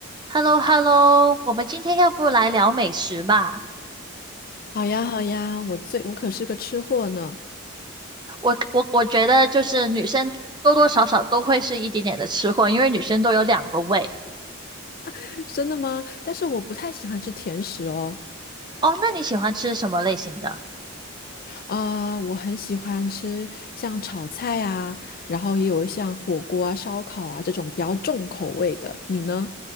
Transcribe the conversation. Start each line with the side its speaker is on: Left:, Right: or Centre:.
Right: h e l l o h e l l o 我们今天要不来聊美食吧？
Left: 好呀，好呀，我最我可是个吃货呢，
Right: 我我我觉得就是女生多多少少都会是一点点的吃货，因为女生都有两个胃。
Left: <laughs> 真的吗？但是我不太喜欢吃甜食哦，
Right: 哦，那你喜欢吃什么类型的？
Left: 啊、我很喜欢吃像炒菜啊，然后也有像火锅啊、烧烤啊这种比较重口味的。你呢？